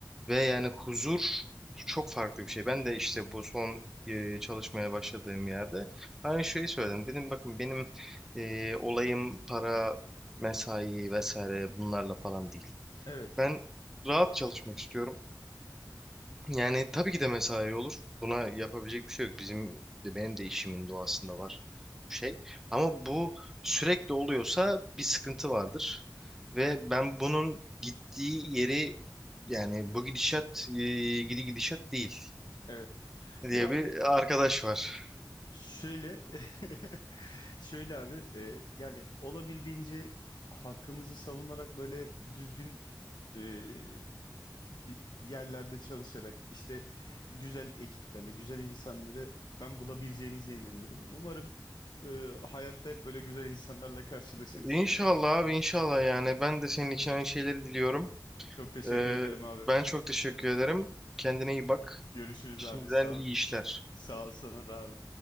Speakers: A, in the centre; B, on the left.
A: Ve yani huzur çok farklı bir şey. Ben de işte bu son e, çalışmaya başladığım yerde aynı şeyi söyledim. Dedim bakın benim e, olayım para, mesai vesaire bunlarla falan değil.
B: evet,
A: Ben rahat çalışmak istiyorum. Yani tabii ki de mesai olur. Buna yapabilecek bir şey yok. Bizim de benim de işimin doğasında var bu şey. Ama bu sürekli oluyorsa bir sıkıntı vardır. Ve ben bunun gittiği yeri yani bu gidişat e, gidi gidişat değil
B: evet.
A: diye
B: Ya
A: bir
B: abi
A: arkadaş var.
B: Şöyle, <laughs> şöyle abi, e, yani olabildiğince hakkımızı savunarak böyle düzgün e, bir yerlerde çalışarak işte güzel ekiplerle, güzel insanları ben bulabileceğimize inanıyorum. Umarım e, hayatta hep böyle güzel insanlarla karşılaşırız.
A: İnşallah abi inşallah yani ben de senin için aynı şeyleri diliyorum.
B: Çok teşekkür
A: Ee,
B: ederim abi.
A: ben çok teşekkür ederim. Kendine iyi bak.
B: Görüşürüz
A: Şimdiden
B: abi. Sağ
A: iyi
B: ol.
A: işler.
B: Sağ ol sana da abi.